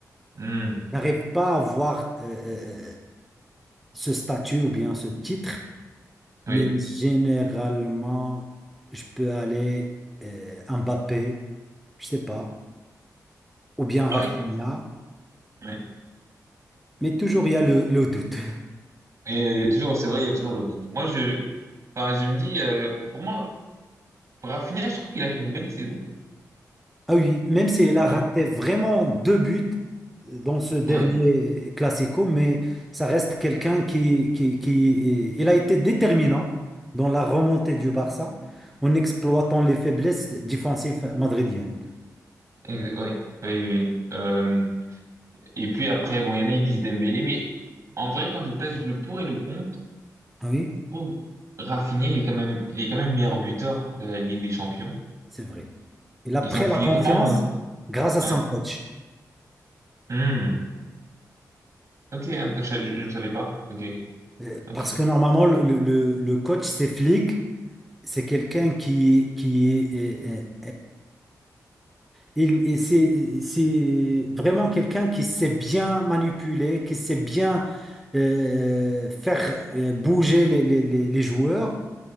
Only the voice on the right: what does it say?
Hmm,
oui.
Ah oui? Ouais.
Et il y a toujours, c'est vrai, il y a toujours le doute. Moi, je, enfin, je me dis, euh, pour moi, Rafinha, je trouve qu'il a fait une belle saison.
Pour
moi,
ouais,
Euh, ouais, oui, oui. oui. Euh, Et puis après, bon, il y en a, ils disent Dembélé, mais en vrai, quand je pèse le pour et le contre,
je trouve Rafinha, il est quand même, il est quand même meilleur buteur de la Ligue des Champions.
Ils ont fini
comment? en-
Ouais.
Hmm. Ok, hein, je, ne savais pas. Ok,
ok.